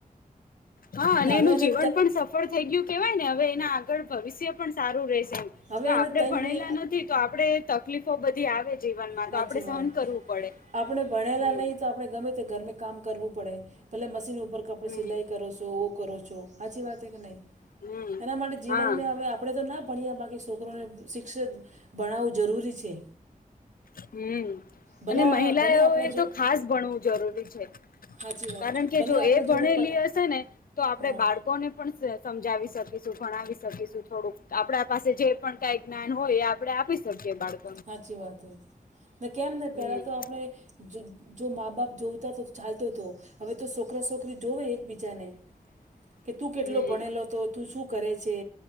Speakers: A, on the left; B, on the right.
A: હા અને
B: ને હવે
A: એનું
B: એને
A: જીવન પણ સફળ થઈ ગયું કેવાય ને હવે એના આગળ ભવિષ્ય પણ સારું રહેશે.
B: હવે
A: જો આપડે
B: એને ત્રણ
A: ભણેલા
B: મહિ
A: નથી તો આપડે તકલીફો બધી આવે જીવનમાં
B: હાચી
A: તો આપડે સહન
B: વાત
A: કરવું પડે.
B: આપણે ભણેલા
A: હમ
B: નહીં તો આપણે ગમે તે ગરમે કામ કરવું પડે ભલે મશીન ઉપર કપડુ
A: હમ
B: સિલાઈ કરો છો ઓ કરો છો હાચી વાત હે નહી?
A: હમ
B: એના માટે જીવન
A: હા
B: મે હવે આપણે તો ના ભણીયા બાકી છોકરાને શિક્ષક ભણાવવું જરૂરી છે.
A: હમ
B: ભલા
A: અને મહિલાઓ
B: ભલે આપણે
A: એ
B: જો
A: તો ખાસ ભણવું જરૂરી છે
B: હાચી વાત
A: કારણ કે
B: ભલે
A: જો
B: આપણે
A: એ
B: જોડે
A: ભણેલી
B: પ
A: હ શેને તો આપડે
B: હા
A: બાળકોને હું પણ સમજાવી શકીશું ભણાવી શકીશું થોડુંક આપડા પાસે જે પણ કઈ જ્ઞાન હોય એ આપણે આપી શકીએ બાળક
B: હાચી વાત હ ને કેમ ને ત્યારે
A: હમ
B: તો આપણે જો જો મા બાપ જોતા તો તો ચાલતો હતો હવે તો છોકરા છોકરી જોવે એકબીજાને.
A: <unintelligible>
B: કે તું કેટલો
A: હમ
B: ભણેલો હતો તું શું કરે છે